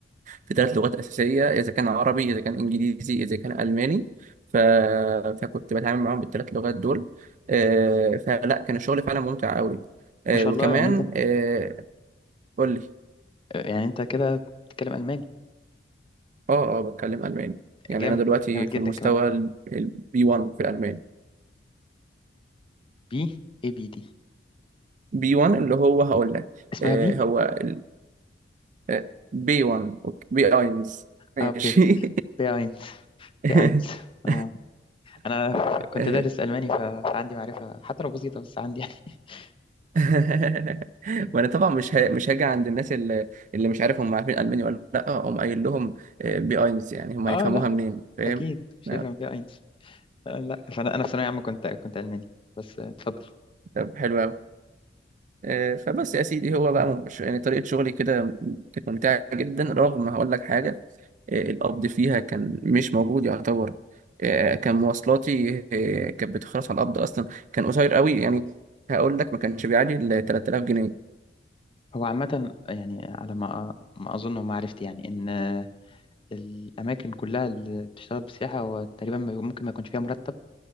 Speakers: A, on the right (about 45°); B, on the left (about 30°).
A: في ثلاث لغات اساسيه اذا كان عربي اذا كان انجليزي اذا كان الماني ف... فكنت بتعامل معاهم بالثلاث لغات دول آه، فلا كان الشغل فعلا ممتع قوي آه،
B: ما شاء
A: وكمان
B: الله يعني انت
A: آه، قول لي
B: يعني انت كده بتتكلم الماني
A: اه اه بتكلم الماني يعني
B: جامد
A: انا دلوقتي
B: جامد جدا
A: في المستوى
B: كمان
A: البي 1 في الالماني
B: بي اي بي دي
A: بي 1 اللي هو هقول لك
B: اسمها
A: آه،
B: بي
A: هو ال- آه، بي 1 أوكي. بي اينز ماشي
B: اه بي بي اينز
A: <laughs>
B: بي اينز اه انا كنت
A: آه،
B: دارس الماني ف- فعندي معرفه حتى لو بسيطه بس عندي يعني <laughs>
A: <laughs> وانا طبعا مش ه... مش هاجي عند الناس اللي اللي مش عارف هم عارفين الماني ولا لا اقوم قايل لهم آه، بي اينز يعني هم
B: اه
A: هيفهموها
B: لا
A: منين فاهم
B: اكيد مش
A: آه،
B: هيفهم بي اينز آه لا فانا انا في ثانويه عامه كنت كنت الماني بس آه، اتفضل
A: طب حلو قوي آه، فبس يا سيدي هو بقى مش يعني طريقة شغلي كده كانت ممتعة جدا رغم هقول لك حاجة آه، القبض فيها كان مش موجود يعتبر آه، كان مواصلاتي آه، كانت بتخلص على القبض أصلا كان قصير قوي يعني هقول لك ما كانش بيعدي ال 3000 جنيه
B: هو عامه يعني على ما ما اظن ومعرفتي يعني ان آه، الاماكن كلها اللي بتشتغل بالسياحه هو تقريبا ما- ممكن ما يكونش فيها مرتب